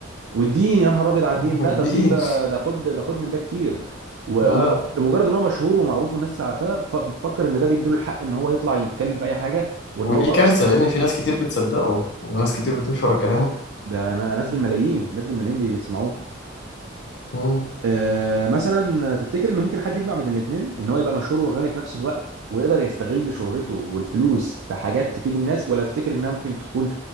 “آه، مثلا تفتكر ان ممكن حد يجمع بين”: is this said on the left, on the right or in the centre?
Right